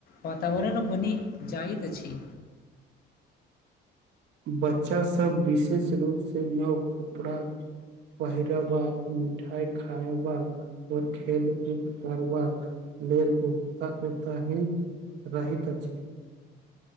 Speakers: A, on the left; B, on the right.
A: वातावरण बनि जाइत अछि।
B: बच्चा सभ विशेष रूपसे नव कपड़ा पहिरबाक मिठाइ खायबाक और खेल कूद करबाक। लेल उ ओते ही रहैत अछि।